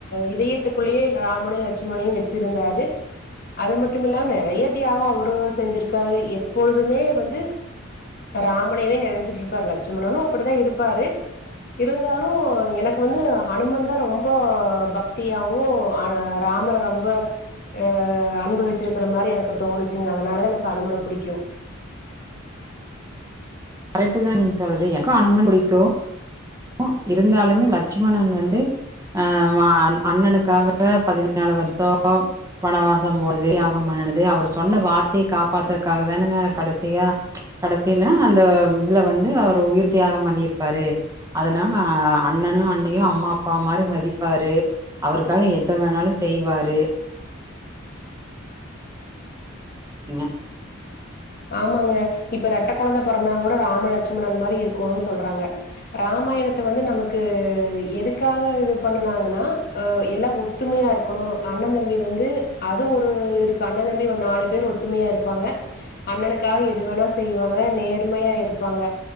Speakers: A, on the left (about 45°); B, on the right (about 15°).
A: இதய த்துக்குள்ளயே ராமனையு லட்சுமணயு வெச்சுருந்தாரு அது மட்டும் இல்லாம நெறைய தியாகொ அவரு செஞ்சிருக்காரு எப்பொழுதுமே வந்து ராமனையவே நெனச்சிட்டு இருப்பாரு லெட்சுமணனு அப்புடிதா இருப்பாரு இருந்தாலு எனக்கு வந்து ஹனுமன் தா ரொம்ப பக்தியாவு <unintelligible> ராமர ரொம்ப அ அன்பு வச்சிருக்கிற மாரி எனக்கு தோணுச்சுங்க அதனாலதா எனக்கு அனுமன புடிக்கு
B: கரெக்ட்டு தா நீங்க சொல்றிய எனக்கு அனுமன் புடிக்கு அ இருந்தாலுமே லட்சுமணன் வந்து அ ம அண்ணனுக்காக பதினாலு வருஷோம் வனவாசம் போனது த்யாகம் பண்ணுனது அவர் சொன்ன வார்த்தையக் காப்பாத்துறதுக்காக தானுங்க கடேசியா கடேசியில அந்த இதுல வந்து அவரு உயிர்த் தியாகம் பண்ணிருப்பாரு அதனால அண்ணனயு அன்னியு அம்மா அப்பா மாதிரி மதிப்பாரு அவருக்காக எத வேணாலு செய்வாரு இங்க
A: ஆமாங்க இப்ப ரெட்ட கொழந்த பொறந்தா கூட ராமலட்சுமணன் மாரி இருக்கோனுன்னு சொல்றாங்க இராமாயணத்த வந்து நமக்கு எதுக்காக இது பண்ணாங்கன்னா அ எல ஒ ஒத்துமையா இருக்கணு அண்ணந் தம்பி வந்து அது ஒரு இருக்கு அண்ணந் தம்பி ஒரு நாலு பேர் ஒத்துமையா இருப்பாங்க அண்ணனுக்காக எது வேணா செய்வாங்க நேர்மையா இருப்பாங்க